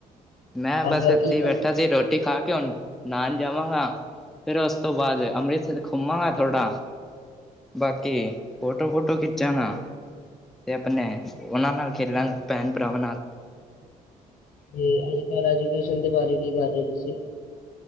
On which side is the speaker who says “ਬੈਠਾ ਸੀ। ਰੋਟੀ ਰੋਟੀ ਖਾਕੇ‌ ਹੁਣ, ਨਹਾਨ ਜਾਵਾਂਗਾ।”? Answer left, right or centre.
Centre